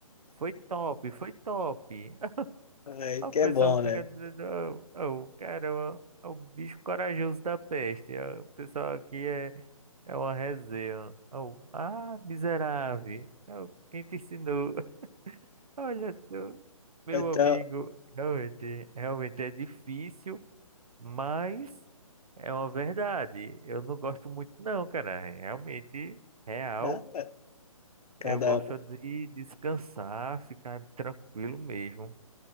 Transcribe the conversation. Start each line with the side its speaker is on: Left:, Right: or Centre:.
Right: Foi top, foi top. <laughs>
Left: Ai,
Right: O
Left: que
Right: pessoal
Left: é bom,
Right: fica
Left: né?
Right: dizendo, "Ô, ô, caramba, é o bicho corajoso da peste. Ó, O pessoal aqui é, é uma resenha. Ô, ah, miserável. Ô, quem te ensinou? <laughs> Olha só, meu
Left: Então,
Right: amigo. Realmente, realmente é difícil. Mas é uma verdade. Eu não gosto muito, não, cara. Realmente, real.
Left: tá, cada
Right: Eu gosto de descansar, ficar tranquilo mesmo.